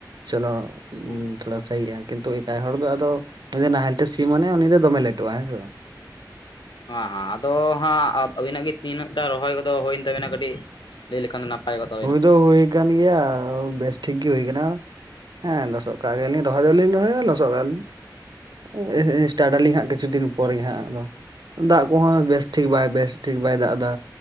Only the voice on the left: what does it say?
ᱦᱩᱸ
ᱦᱟᱸ ᱦᱟᱸ ᱟᱫᱚ ᱦᱟᱸᱜ ᱟᱹᱵᱤᱱᱟᱜ ᱜᱮ ᱛᱤᱱᱟᱹᱜ ᱴᱟ ᱨᱚᱦᱚᱭ ᱠᱚᱫᱚ ᱦᱩᱭᱮᱱ ᱛᱟᱵᱤᱱᱟ ᱠᱟᱹᱴᱤᱡ ᱞᱟᱹᱭ ᱞᱮᱠᱷᱟᱱ ᱫᱚ ᱱᱟᱯᱟᱭ ᱠᱚᱜ ᱛᱚ